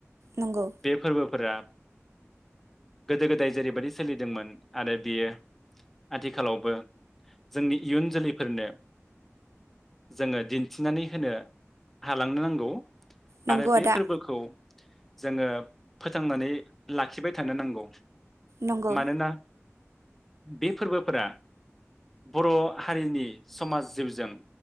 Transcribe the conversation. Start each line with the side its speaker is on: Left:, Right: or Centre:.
Right: नंगौ
Centre: बे फोरबोफोरा गोदो गोदाय जेरैबायदि सोलिदोंमोन आरो बियो आथिखालावबो जोंनि इयुन जोलैफोरनो जोङो दिन्थिनानै होनो हालांनो नांगौ।
Right: नंगौ
Centre: आरो बे
Right: आदा
Centre: फोरबोखौ जोङो फोथांनानै लाखिबाय थानो नांगौ।
Right: नंगौ
Centre: मानोना बे फोरबोफोरा बर' हारिनि समाज जिउजों